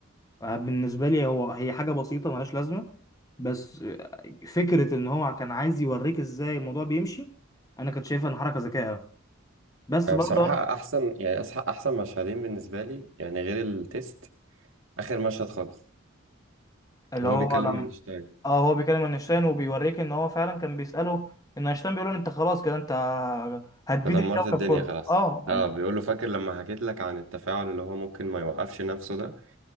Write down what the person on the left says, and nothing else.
آه، بالنسبه لي هو هي حاجه بسيطه ملهاش لازمه بس آه، فكره ان هو كان عايز يوريك ازاي الموضوع بيمشي انا كنت شايفها ان حركه ذكيه أوي. بس
برضه
اللي
هو
لما
اه هو بيكلم اينشتاين وبيوريك ان هو فعلا كان بيسأله ان اينشتاين بيقول له انت خلاص كده انت هتبيد
الكوكب
كله
اه